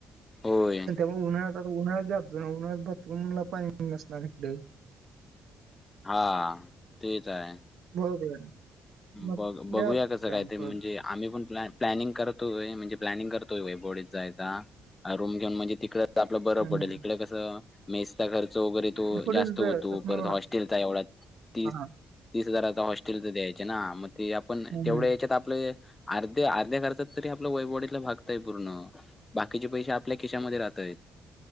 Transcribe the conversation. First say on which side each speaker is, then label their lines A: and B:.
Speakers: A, on the left (about 25°); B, on the right (about 70°).
A: होय
B: उन्हाळ्या आता उन्हाळ्या जाब उन्हा्यात बाथरूमला पाणी नसणार इकडे
A: हा तेच आहे
B: बरोबर मग
A: बघ बघूया
B: व्यायाम
A: कसं काय ते म्हणजे,
B: परत
A: आम्ही पण प प्लॅिंग करतोय म्हणजे प्लॅनिंग करतोयय बोडीत जायचा रूम घेऊन म्हणजे तिकडं आपलं बरं
B: हम्म
A: पडेल
B: हम्म.
A: इकड कसं मेसचा खर्च वगैरे तो
B: वर पडेल
A: जास्त होतो
B: ज- तसं
A: परत
B: नव्ह.
A: हॉस्टेलचा एवढा ती
B: हा
A: तीस हजाराचा हॉस्टेल तर द्यायचे ना मग ते आपण
B: हम्म
A: तेवढ्या
B: हम्म.
A: याच्यात आपलं अर्ध्या अर्ध्या खर्चात तरी आपलं वय बॉडीला भागतय पूर्ण बाकीचे पैसे आपल्या खिशामध्ये राहतय.